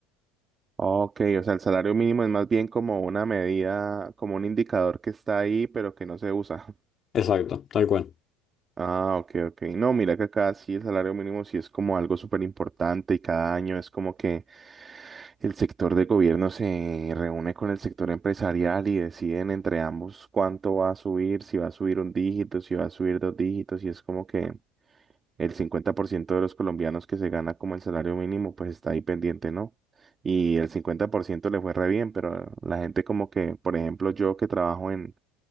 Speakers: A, on the right; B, on the left.
A: Ok, o sea, el salario mínimo es más bien como una medida, como un indicador que está ahí, pero que no se usa. <laughs>
B: Exacto, tal cual.
A: Ah, ok, ok. No, mira que acá sí el salario mínimo sí es como algo súper importante y cada año es como que el sector de gobierno se reúne con el sector empresarial y deciden entre ambos cuánto va a subir, si va a subir un dígito, si va a subir dos dígitos y es como que... el 50% de los colombianos que se gana como el salario mínimo, pues está ahí pendiente, ¿no? Y el 50% le fue re bien, pero la gente como que, por ejemplo, yo que trabajo en,